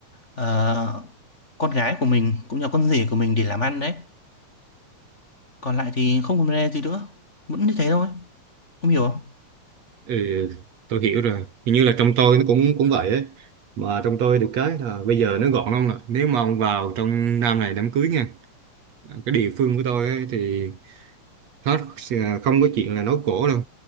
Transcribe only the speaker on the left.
ờ, con gái của mình cũng như con rể của mình để làm ăn đấy còn lại thì không vấn đề gì nữa vẫn như thế thôi không hiểu không